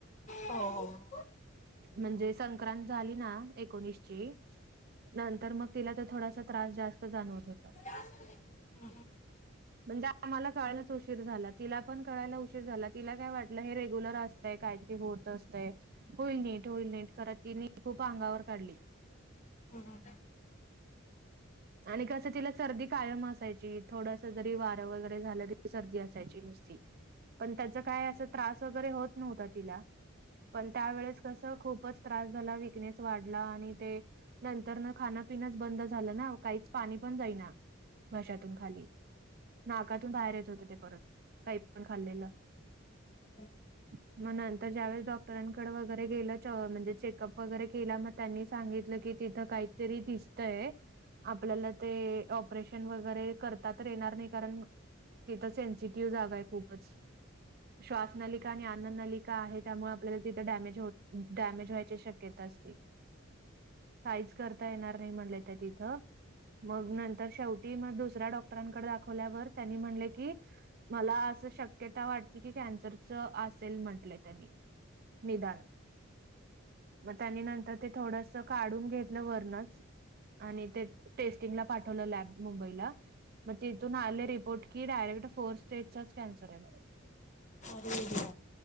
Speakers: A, on the left (about 35°); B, on the right (about 50°).
A: हो -हो
B: म्हणजे, संक्रांत झाली ना, एकोणीसची नंतर मग, तिला ते, थोडासा त्रास, जास्त जाणवत होता
A: <unintelligible>
B: <inaudible> म्हणजे, आम्हाला कळायलाच उशीर झाला, तिला पण कळायला उशीर झाला, तिला काय वाटलं, हे रेग्युलर असं तय काहीतरी होत असतंय, होईल नीट -होईल नीट करत, तिने खूप अंगावर काढली
A: <unintelligible>
B: आणि कसं, तिला सर्दी कायम असायची, थोडंस जरी वारं वगैरे झालं सर्दी असायची नुसती, पण त्याच काय, असं त्रास वगैरे होत नव्हता तिला पण त्यावेळेस कसं, खूपच त्रास झाला, वीकनेस वाढला आणि ते नंतर न खानपिनच बंदच झालं ना, अव काहीच पाणी पण जाईना, घशातून खाली. नाकातून बाहेर येत होतं, ते परत, काही पण खालेल्ल
A: <unintelligible>
B: <inaudible> म नंतर, ज्यावेेळेस डॉक्टरांकडं वगैरे गेलं, चॉ म्हणजे चेकअप वगैरे केलं, म त्यांनी सांगितलं की तिथं काहीतरी दिसतंय, आपल्याला ते ऑप रेशन वगैरे करता तर येणार नाही, कारण तिथं सेन्सिटिव्ह जागा आहे, खूपच श्वास नलिका आणि अन्न नलिका का आहे, त्यामुळं आपल्याला तिथं डॅमेज हो डॅमेज व्हायची शक्यता असती काहीच करता येणार नाही, म्हणले त्या तिथं, मग नंतर शेवटी म दुसरा डॉक् डॉक्टरांकडे दाखवल्यावर, त्यांनी म्हटलं की मला असं शक्यता वाटते, की कॅन्सरच असेल, म्हटलंय त्यांनी निदान म त्यानी, नंतर ते, थोडंस काढून घेतलं, वर्णच आणि ते, टेस्टिंगला पाठवलं, लॅब मुंबईला म तिथून, आले रिपोर्ट की, डायरेक्ट फोर स्टेजचा कॅन्सर आहे, म्हणून
A: हम्म हम्म